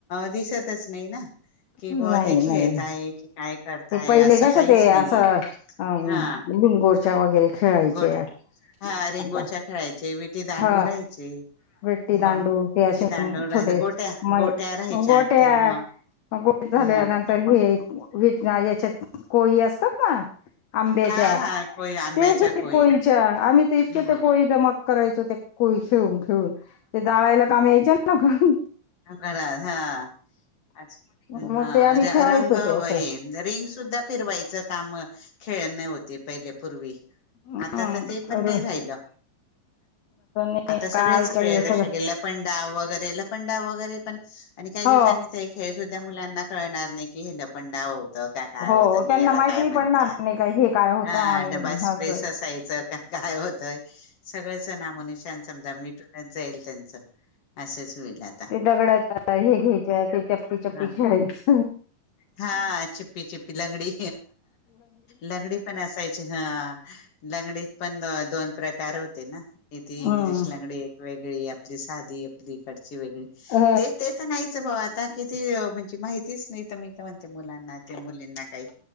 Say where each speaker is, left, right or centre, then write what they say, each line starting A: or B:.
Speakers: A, on the left (about 50°); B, on the left (about 65°).
A: दिसतच नाही ना. की
B: नाही
A: बुआ ते खेळता
B: नाही
A: आहे कि काय करताय
B: ते पहिले
A: असं
B: कसं
A: काहीच
B: ते असं
A: नाहीय.
B: अ
A: हा
B: बिंगोरच्या वगैरे खेळायचे
A: गुड हा रिंगोच्या
B: आता
A: खेळायचे, विटी दांडू
B: हा
A: राहायचे.
B: विट्टी दांडू,
A: मग
B: ते असे
A: विटी दांडू राहायच
B: छोटे
A: गोट्या
B: मय
A: गोट्या राहायच्या
B: गोट्या,
A: म
B: गोट्या झाल्यानंतर
A: म
B: हे विटना, याच्यात कोळी असतात ना आंब्याच्या,
A: हा हा कोळी आंब्याच्या
B: तेच
A: कोळी
B: कोळीच्या, आम्ही तर इतके
A: हम्म.
B: ते कोळी जमा करायचं ते कोळी खेळून खेळून, ते जाळायला काम यायचे नव्ह का.
A: खरा हा. अच्छा,
B: मग
A: हा
B: ते आम्ही खेळायचो
A: रंग
B: ते असं
A: हे रिंग सुद्धा फिरवायचं काम खेळणे होते पहिले पूर्वी,
B: हम्म
A: आता तर ते पण
B: अरे
A: नाही राहिलं.
B: नाही
A: आता ऊ सगळेच
B: काय
A: खेळ
B: काय हे
A: जसे
B: सगळं
A: कि लपंडाव वगैरे लपं डाव वगैरे पण आणि काही
B: हो
A: दिवसांनी ते खेळ सुद्धा मुलांना कळणार नाही की हे लपंडाव होत, का काय
B: हो
A: होत,
B: त्यांना
A: की याला
B: माहिती
A: काय म्हणता?
B: पडणार नाही काय हे काय होतं
A: आ
B: आणि
A: डबा स्प्रेस
B: असं
A: असायचं का काय होतं, सगळेचं नामोनिशान समजा मिटून जाईल त्यांच, असंच हुईल आ
B: ते दगडाच्या हे घ्यायच्या, ते चप्पी चप्पी
A: हा
B: खेळायच
A: हा चिप्पी चिप्पी, लंगडी, लंगडी पण असायची हा. लंगडीत पण दोन प्रकार होते ना, इथे
B: हम्म
A: इंग्लिश लंगडी एक वेग आपली साधी, आपली ईकडची वेगळी,
B: ह
A: ते तर नाहीच भाऊ. आता कि ती म्हणजे माहितीच नाही तर मी तर म्हणते मुलांना, त्या मुलींना काही,